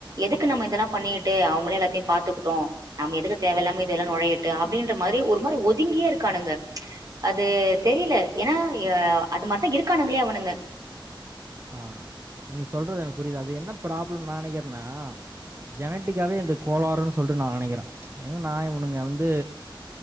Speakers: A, on the right; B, on the right.
A: எதுக்கு நம்ம இதெல்லா பண்ணிட்டு அவங்களே எல்லாத்தயு பாத்துக்கிட்டு நம்ம எதுக்கு தேவ இல்லாம இதெல்லா நுழையிட்டு அப்டின்ற மாதிரி ஒரு மாதிரி ஒதுங்கியே இருக்கானுங்க அது தெரில ஏன்னா அது மாரித்தா இருக்கானுங்கலே அவனுங்க
B: ஆ நீங்க சொல்றது எனக்கு புரிது அது என்ன ப்ராப்ளம் நா நெனைக்றனா ஜெனட்டிக்காவே இந்த கோளாறுன்னு சொல்ட்டு நா நெனைக்ற ஏன்னா நா இவனுங்க வந்து